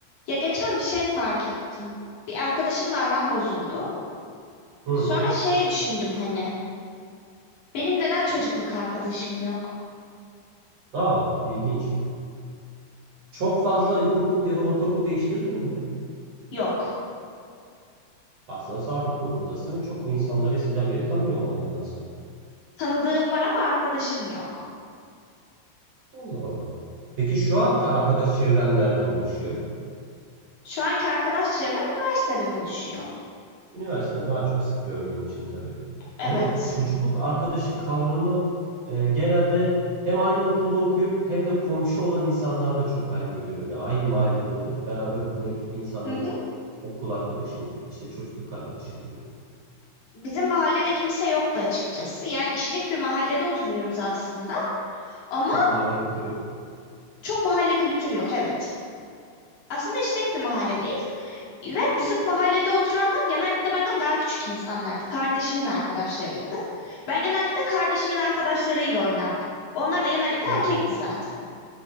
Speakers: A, on the left (about 50°); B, on the right (about 60°).
A: Ya geçen bir şey fark ettim. Bir arkadaşımla aram bozuldu.
B: Hı.
A: Sonra şey düşündüm hani. Benim neden çocukluk arkadaşım yok?
B: Aa, ilginç. Çok fazla
A: E,
B: ilkokul ya da ortaokul değiştirdin mi?
A: yok.
B: Aslında sabit bir okuldasın ve çok insanları eskiden beri tanıyor olman lazım.
A: Tanıdığım var ama arkadaşım yok.
B: Allah Allah. Peki şu anki arkadaş çevren nereden oluşuyor?
A: Şu anki arkadaş çevrem üniversiteden oluşuyor.
B: Üniversiteden daha çok sık gördüğün için tabii.
A: Evet.
B: Ama çocukluk arkadaşı kavramı e, genelde hem aynı okulda okuyup hem de komşu olan insanlarda çok ben görüyorum. Ya aynı mahallede olup beraber okula gidip insanlar
A: Hı hı.
B: çok okul arkadaşım, işte çocukluk arkadaşım diyor.
A: Bizim mahallede kimse yoktu açıkçası. Yani işlek bir mahallede oturuyoruz aslında. Ama
B: Çok mahalle kültürü yok.
A: çok mahalle kültürü yok, evet. Aslında işlek bir mahalledeyiz. Ve bizim mahallede oturanlar genellikle benden daha küçük insanlardı. Kardeşimin arkadaşlarıydı. Ben genellikle kardeşimin arkadaşlarıyla oynardım. Onlar da genellikle
B: Hı.
A: erkekti zaten.